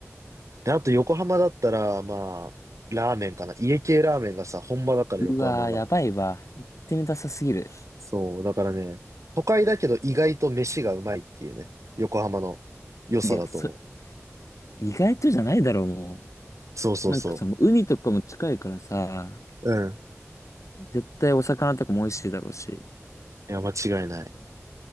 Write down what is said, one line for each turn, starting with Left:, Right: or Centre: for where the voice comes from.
Right: で、あと横浜だったら、まあ、ラーメンかな。家系ラーメンがさ、本場だから横浜が。
Left: うわ、やばいわ。行ってみたさすぎる。
Right: そう、だからね、都会だけど意外と飯がうまいっていうね、横浜の良さだと思
Left: いや、そ、意外とじゃないだろう、も
Right: う。そうそうそ
Left: う。なんかさ、もう海とかも近いからさ、
Right: う。うん。
Left: 絶対お魚とかも美味しいだろうし。
Right: いや、間違いない。